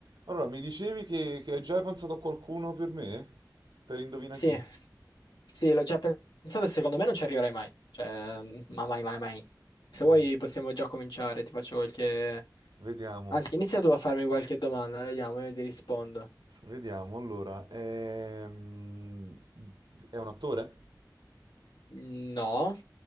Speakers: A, on the right; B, on the left.
A: Allora, mi dicevi che, che hai già pensato a qualcuno per me? Per indovina
B: Sì,
A: chi?
B: s- sì, l'ho già pensato e secondo me non ci arriverai mai. Cioè, mm, ma mai, mai, mai. Se
A: Vedi-
B: vuoi possiamo già cominciare, ti faccio qualche...
A: vediamo,
B: Anzi, inizia tu a farmi qualche domanda, vediamo, io ti rispondo.
A: vediamo. Allora, ehm, è un attore?
B: No,